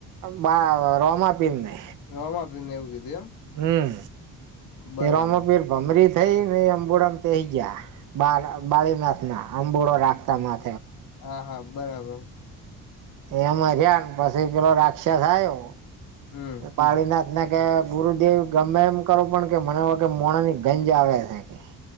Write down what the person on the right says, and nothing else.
બા રોમા પીલ નને
હમ
તેરોમાં પેર ભમરી થઈ નહી અંબુડામ પહી જયા બાળીનાથ ના અંબુડો રાખતા મા.
એમાં જયા પછી પેલો રાક્ષસ આવયો
પાડી ના. એ કે ગુરુદેવ ગમે એમ કરો પણ કે મને વખ કે મોણા ની ગંજ આવે છે કે.